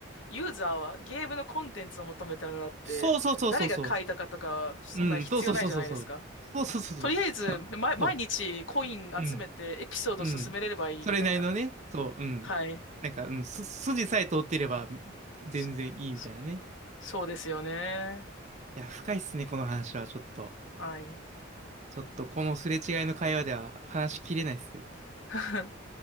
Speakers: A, on the left; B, on the right.
A: ユーザーはゲームのコンテンツを求めてるのだって、
B: そうそうそうそうそ
A: 誰が書いたかとか、そんな必要ないじゃないですか。
B: う。うん、そうそうそうそうそう。そうそうそうそう。
A: とりあえず、
B: そう、
A: ま、毎日コイン集めてエピソード進めれればいいみたいな。
B: そううん、うん。それなりのね、そう、うん。
A: はい。
B: なんか、うん、す、筋さえ通ってれば全然いいみたいなね。
A: そ、そ、そうですよね。
B: いや、深いっすね、この話は、ちょっと。
A: はい。
B: ちょっと、このすれ違いの会話では話しきれないっすよ。
A: <laughs>